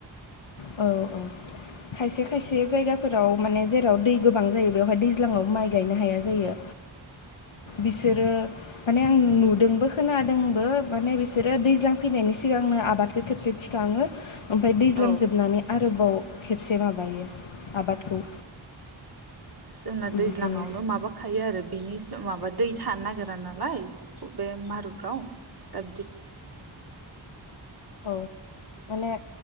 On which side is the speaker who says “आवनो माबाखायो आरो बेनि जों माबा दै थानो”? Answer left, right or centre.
Right